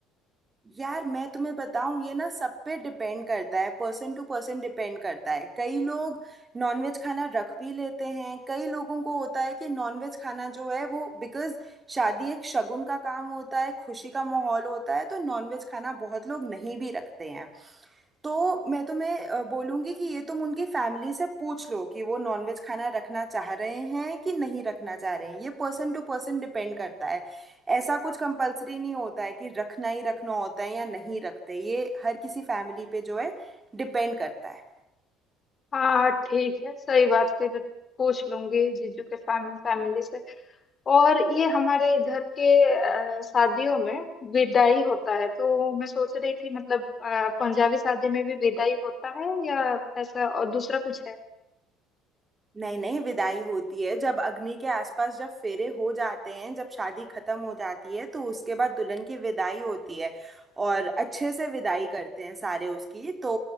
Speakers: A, on the right (about 20°); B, on the left (about 35°).
A: यार मैं तुम्हें बताऊं ये ना सब पे डिपेंड करता है पर्सन टू पर्सन डिपेंड करता है कई लोग नॉनवेज खाना रख भी लेते हैं कई लोगों को होता है कि नॉनवेज खाना जो है वो बिकॉज शादी एक शगुन का काम होता है खुशी का माहौल होता है तो नॉनवेज खाना बहुत लोग नहीं भी रखते हैं तो मैं तुम्हें अ, बोलूँगी कि ये तुम उनकी फैमिली से पूछ लो कि वो नॉनवेज खाना रखना चाह रहे हैं कि नहीं रखना चाह रहे हैं ये पर्सन टू पर्सन डिपेंड करता है ऐसा कुछ कंपलसरी नहीं होता है कि रखना ही रखना होता है या नहीं रखते ये हर किसी फैमिली पे जो है डिपेंड करता है
B: हाँ ठीक है सही बात फिर पूछ लूंगी जीजू के फैम, फैमिली से और ये हमारे इधर के अ, शादियों में विदाई होता है तो मैं सोच रही थी मतलब अ, पंजाबी शादी में भी विदाई होता है या ऐसा और दूसरा कुछ है
A: नहीं नहीं विदाई होती है जब अग्नि के आसपास जब फेरे हो जाते हैं जब शादी खत्म हो जाती है तो उसके बाद दुल्हन की विदाई होती है और अच्छे से विदाई करते हैं सारे उसकी तो